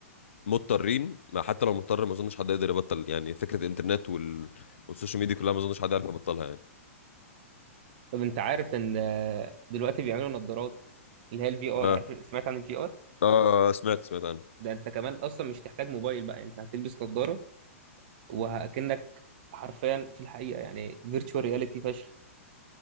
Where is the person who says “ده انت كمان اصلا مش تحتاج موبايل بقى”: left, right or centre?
Right